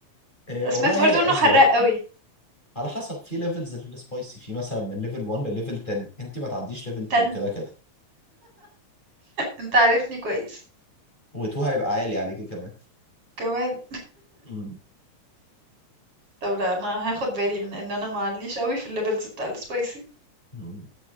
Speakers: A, on the left; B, on the right.
A: إيه
B: سمعت
A: والله هي
B: برضو انه
A: اذواق
B: حراق قوي
A: على حسب في ليفلز للسبايسي في مثلا من ليفل 1 لليفل 10 انت ما تعديش ليفل 2
B: تن
A: كده كده
B: انت عارفني كويس
A: و2 هيبقى عالي عليكي كمان
B: كمان
A: مم.
B: طب لا انا هاخد بالي من ان انا معليش قوي في الليفلز بتاع السبايسي
A: مم.